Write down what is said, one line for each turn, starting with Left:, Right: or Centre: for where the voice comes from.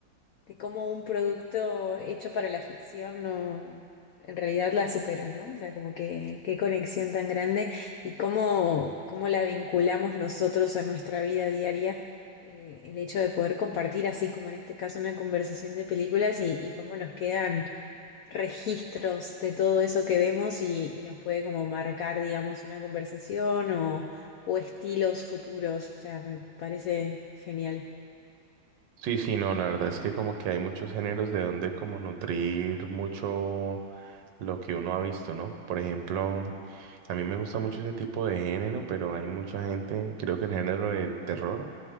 Left: de cómo un producto hecho para la ficción no, en realidad la supera, ¿no? O sea, como que qué conexión tan grande y cómo, cómo la vinculamos nosotros a nuestra vida diaria, eh, el hecho de poder compartir así como en este caso una conversación de películas y, y cómo nos quedan registros de todo eso que vemos y, y nos puede como marcar, digamos, una conversación o, o estilos futuros. O sea, me parece genial.
Right: Sí, sí, no, la verdad es que como que hay muchos géneros de donde como nutrir mucho lo que uno ha visto, ¿no? Por ejemplo, a mí me gusta mucho ese tipo de género, pero hay mucha gente, creo que el género del terror